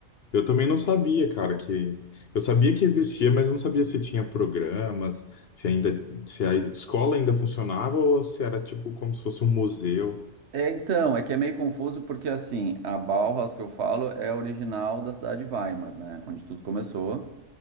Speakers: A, on the left (about 55°); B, on the right (about 60°).
A: Eu também não sabia, cara, que eu sabia que existia, mas não sabia se tinha programas, se ainda se a escola ainda funcionava ou se era tipo como se fosse um museu.
B: É, então, é que é meio confuso porque, assim, a Bauhaus que eu falo é original da cidade de Weimar, né? Onde tudo começou.